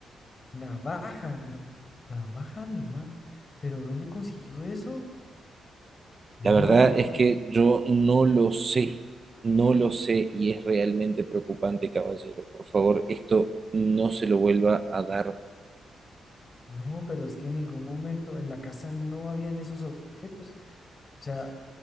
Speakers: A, on the left; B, on the right.
A: Navaja, nav- navaja de man. ¿Pero dónde consiguió eso? No,
B: La verdad
A: no,
B: es
A: no,
B: que yo no lo sé, no lo sé y es realmente preocupante, caballero. Por favor, esto no se lo vuelva a dar
A: no, pero es que en ningún momento en la casa no habían esos objetos. O sea,